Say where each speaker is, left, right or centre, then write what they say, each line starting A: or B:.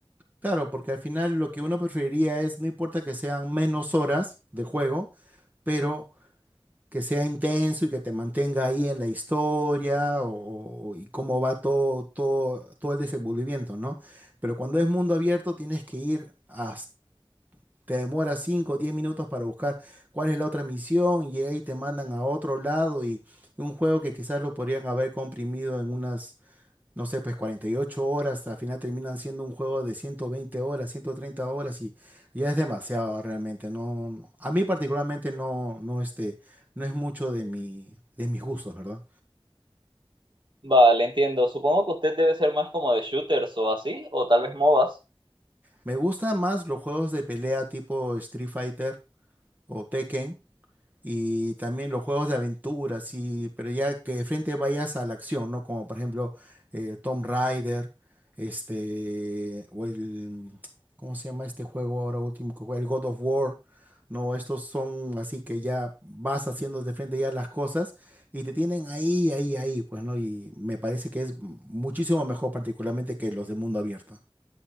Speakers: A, on the right; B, on the right.
A: Claro, porque al final lo que uno preferiría es, no importa que sean menos horas de juego, pero que sea intenso y que te mantenga ahí en la historia o, o- y cómo va todo, todo, todo el desenvolvimiento, ¿no? Pero cuando es mundo abierto tienes que ir hasta, te demora 5 o 10 minutos para buscar cuál es la otra misión y ahí te mandan a otro lado y un juego que quizás lo podrían haber comprimido en unas no sé, pues 48 horas, al final terminan siendo un juego de 120 horas, 130 horas y ya es demasiado realmente. No, no- a mí particularmente no, no, este, no es mucho de mi, de mis gustos, ¿verdad?
B: Vale, entiendo. Supongo que usted debe ser más como de shooters o así, o tal vez MOBAs.
A: Me gustan más los juegos de pelea tipo Street Fighter o Tekken. y también los juegos de aventura, sí, pero ya que de frente vayas a la acción, ¿no? Como por ejemplo eh, Tomb Raider, este, o el, ¿cómo se llama este juego ahora último que juega? El God of War, ¿no? Estos son así que ya vas haciendo de frente ya las cosas y te tienen ahí, ahí, ahí, pues, ¿no? Y me parece que es muchísimo mejor particularmente que los de mundo abierto.